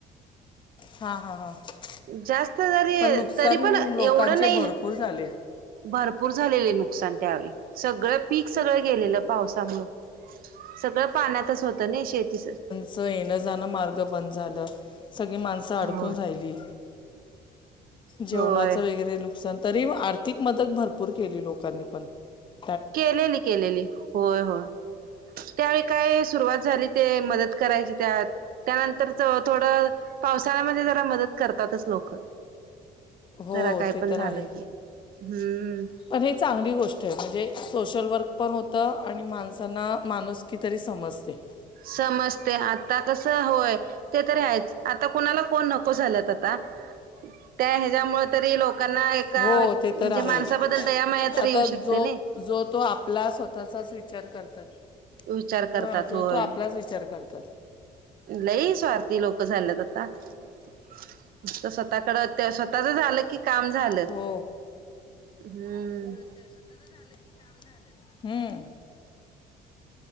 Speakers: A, on the left; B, on the right.
A: हा, हा, हा. <unintelligible>
B: जास्त जरी,
A: पण नुकसान
B: तरी पण,
A: लोकांचे
B: एवढं नाही.
A: भरपूर झाले
B: भरपूर झालेले नुकसान. त्यावेळी सगळं पीक, सगळं गेलेलं पावसामुळं. सगळं पाण्यातच होतं ना, शेती <unintelligible>
A: च येणं जाणं मार्ग बंद झालं, सगळी माणसं अडकून
B: होय
A: राहिली. जेवणाचं
B: होय
A: वगैरे नुकसान तरी आर्थिक मदत भरपूर केली लोकांनी पण <unintelligible>
B: केलेली केलेली होय होय त्यावेळी काय सुरुवात झाली ते मदत करायची त्यात <unintelligible> त्यानंतर थोडं पावसाळ्यामध्ये जरा मदत करतातच लोक
A: हो
B: जरा काय
A: ते
B: पण
A: तर
B: झालं
A: आहे
B: की हम्म
A: पण हे चांगली गोष्ट आहे म्हणजे सोशल वर्क पण होतं आणि माणसांना माणूस की तरी समजते <unintelligible>
B: समजते आता कसं होय <unintelligible> ते तरी आहेच आता कुणाला फन नको झालात आता त्या ह्याच्यामुळे तरी लोक <unintelligible> लोकांना एका
A: हो
B: म्हणजे
A: ते तर आहे
B: माणसाबद्दल दया माया तर
A: आता
B: येऊ शकते
A: जो
B: नाही
A: जो तो आपला स्वतःचाच विचार करतात <unintelligible>
B: विचार करतात
A: हा जो
B: होय
A: तो आपलाच विचार करतात
B: लई स्वार्थी लोक झालेत आता <unintelligible> तर स्वतः कड ते स्वतःच झालं की <unintelligible> काम झालं
A: हो
B: हम्म <unintelligible>
A: स्वतः झालं कि काम झालं <unintelligible>